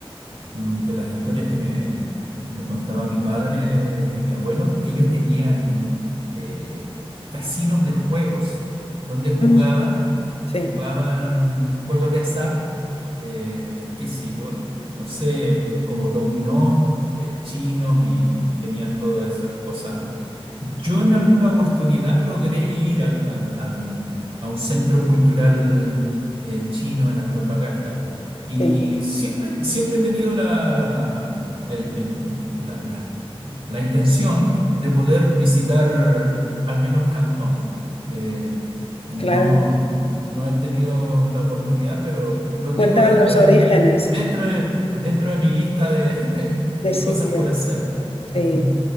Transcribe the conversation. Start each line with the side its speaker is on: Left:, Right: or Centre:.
Right: mm, de las historias que me, que me contaba mi padre, de mi abuelo, ellos tenían eh, casinos de juegos donde jugaban,
Left: Mm, Sí,
Right: jugaban juegos de azar, eh, qué sé yo, no sé, como dominó eh, chinos y tenían todas esas cosas Yo en alguna oportunidad logré ir al- al- al- a un centro cultural eh, chino en Antofagasta y
Left: sí,
Right: siempre, siempre he tenido la, la- la- el- el- la- la- la intención de poder visitar al menos Cantón. Eh, no,
Left: claro.
Right: no he tenido la oportunidad, pero lo
Left: Vuelta
Right: tengo dentro
Left: a los
Right: de
Left: orígenes
Right: mi, li- dentro de, dentro de mi lista de, <laughs> de- de
Left: de sitio.
Right: cosas por hacer.
Left: Sí,
Right: Ujú.